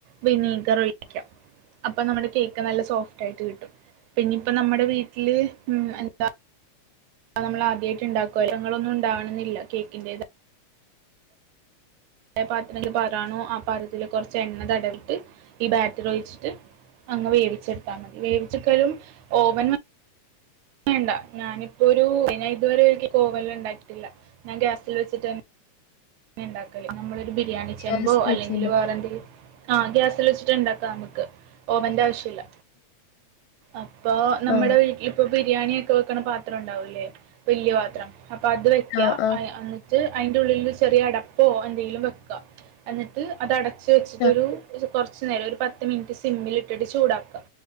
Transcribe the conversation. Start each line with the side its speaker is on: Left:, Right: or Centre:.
Right: വിനീഗറൊഴിക്കാ അപ്പൊ നമ്മുടെ കേക്ക് നല്ല സോഫ്റ്റായിട്ട് കിട്ടും. പിന്നിപ്പ നമ്മുടെ വീട്ടില് ഉം എന്താ നമ്മളാദ്യയിട്ട്ണ്ടാക്കുവല്ലേ ങ്ങളൊന്നും ഇണ്ടാവണന്നില്ല കേകിന്റേതാ പ പാത്രത്തിക്ക് പാരാനും ആപാത്രത്തില് കൊറച്ചെണ്ണ തടവിട്ട് ഈ ബാറ്ററൊഴിച്ചിട്ട്. അങ്ങ് വേവിച്ചെടുത്താ മതി വേവിച്ച ക്കലും ഓവ ൻ വേണ്ട ഞാനിപ്പൊരു ഞാ ഇതുവരെ ഓവനില്ണ്ടാകിട്ടില്ല ഞാൻ ഗ്യാസില് വെച്ചിട്ടന്നെ ണ്ടാകല് നമ്മളൊരു ബിരിയാണി ചെമ്പോ,
Left: ഗ്യാസ് വെച്ചല്ലേ.
Right: അല്ലെങ്കിൽ വേറെന്തെ ആ ഗ്യാസില് വച്ചിട്ട്ണ്ടാക്കാ നമക്ക് ഓവന്റാവിശ്യല്ല. അപ്പൊ നമ്മടെ
Left: ആ,
Right: വീ ഇപ്പൊ ബിരിയാണിയൊക്കെ വെക്കണ പാത്രം ഉണ്ടാവൂല്ലേ വല്ല്യ പാത്രം? അപ്പ അത് വെക്കാ
Left: ആ, ആ,
Right: എന്നിട്ട് അയിന്റുള്ളില് വെച്ചി ട്ട് ചെറിയടപ്പോ എന്തെങ്കിലും വെക്ക എന്നിട്ട് അതടച്ച് ടച്ച് വെച്ചിട്ടൊരു
Left: ആ,
Right: കുറച്ച് നേരം ഒരു പത്ത് മിനിറ്റ് സിമ്മിലിട്ടിട്ട് ചൂടാക്കാ